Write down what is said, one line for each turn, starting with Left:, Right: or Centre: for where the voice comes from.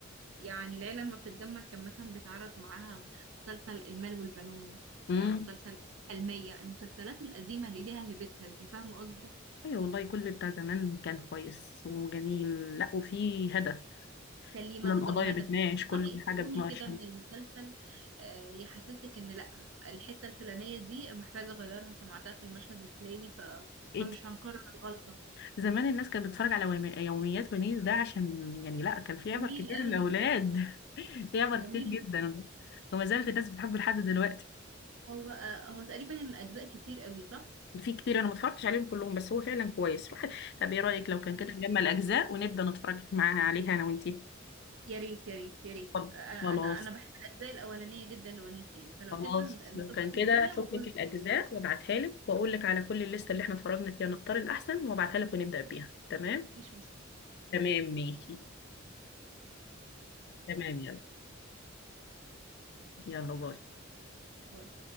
Right: يعني ليلى لما بتتجمع كان مثلا بيتعرض معاها مسلسل المال والبنون
Left: امم
Right: آه، مسلسل حلمية المسلسلات القديمة اللي ليها هيبتها دي فاهمة قصدي
Left: ايوه والله كل بتاع زمان كان كويس وجميل لا وفي هدف
Right: كان ليه مغزى
Left: كل القضايا
Right: وهدف
Left: بتناقش كل
Right: تقدري
Left: حاجه
Right: تقومي
Left: بتناقش
Right: كده
Left: يعني
Right: من المسلسل آه، يحسسك ان لا الحتة الفلانية دي محتاجة اغيرها سمعتها في المشهد الفلاني ف...
Left: إيه
Right: فمش هنكرر الغلطة
Left: زمان الناس كانت بتتفرج على ويم- يوميات ونيس ده عشان يعني لا كان في
Right: جميل
Left: عبر كتير
Right: قوي
Left: للأولاد <laughs> في عبر
Right: جميل
Left: كتير جدا
Right: جدا
Left: وما زالت الناس بتحبه لحد دلوقتي
Right: هو آه، هو تقريبا اجزاء كتير قوي صح؟
Left: في كتير انا ما اتفرجتش عليهم كلهم بس هو فعلا كويس روح <laughs> طب ايه رأيك لو كان كده نجمع الأجزاء ونبدأ نتفرج معاها عليها انا وانتي
Right: يا ريت يا ريت يا ريت
Left: طب
Right: انا
Left: خلاص
Right: انا انا بحب الاجزاء الاولانيه جدا لونيس يعني فلو
Left: خلاص
Right: كده نظبط
Left: لو كان كده
Right: الدنيا
Left: اشوف
Right: ونقول
Left: لك الأجزاء
Right: ايه رأيك
Left: وابعتها لك واقول لك على كل الليستة اللي احنا اتفرجنا فيها نختار الأحسن وابعتها لك ونبدأ بيها تمام
Right: مفيش مشكله
Left: تمام ماشي تمام يلا يلا باي
Right: باي.